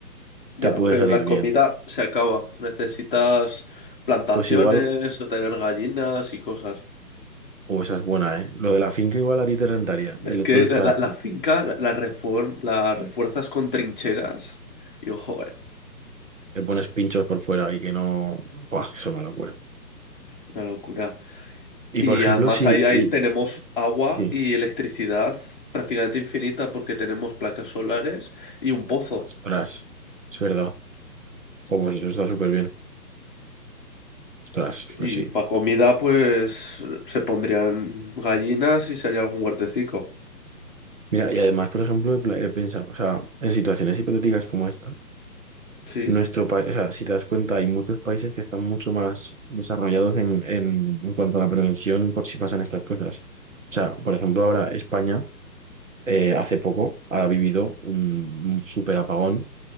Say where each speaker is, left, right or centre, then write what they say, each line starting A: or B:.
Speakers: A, on the left (about 30°); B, on the right (about 50°).
A: Ya,
B: te puede
A: pero
B: salir
A: la
B: bien.
A: comida se acaba. Necesitas plantaciones,
B: Pues igual...
A: no tener gallinas y cosas.
B: O esa es buena, ¿eh? Lo de la finca igual a ti te rentaría. El
A: Es
B: hecho
A: que
B: de estar
A: la, la- la finca la, la reform- la refuerzas con trincheras y ojo, eh,
B: Le pones pinchos por fuera y que no. Buah, es una locura.
A: una locura.
B: Y
A: Y
B: por ejemplo,
A: además
B: si.
A: ahí, ahí
B: y-
A: tenemos agua
B: sí,
A: y electricidad prácticamente infinita porque tenemos placas solares y un pozo.
B: ostras, es verdad. Jo, pues eso está súper bien. Ostras,
A: Y
B: pues sí.
A: para comida, pues se pondrían gallinas y sería algún huertecico.
B: Mira, y además, por ejemplo, he, pla- he pensado, o sea, en situaciones hipotéticas como esta,
A: Sí,
B: nuestro país, o sea, si te das cuenta, hay muchos países que están mucho más desarrollados en, en, en cuanto a la prevención por si pasan estas cosas. O sea, por ejemplo, ahora España. eh, hace poco ha vivido un, super apagón